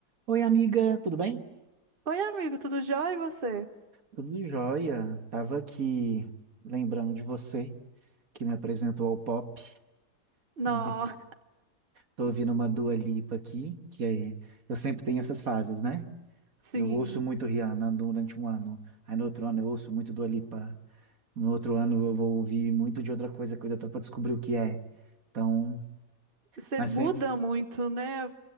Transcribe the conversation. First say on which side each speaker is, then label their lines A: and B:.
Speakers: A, on the right; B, on the right.
A: Oi, amiga, tudo bem?
B: Oi, amigo, tudo jóia e você?
A: Tudo jóia. Tava aqui lembrando de você que me apresentou ao pop
B: Nossa,
A: e de- tô ouvindo uma Dua Lipa aqui, que é, eu sempre tenho essas fases, né?
B: <laughs> sim,
A: Eu ouço muito Rihanna durante um ano, aí no outro ano eu ouço muito Dua Lipa, no outro ano eu vou ouvir muito de outra coisa, coisa até para descobrir o que é. Então,
B: você
A: mas
B: muda
A: sempre,
B: muito, né?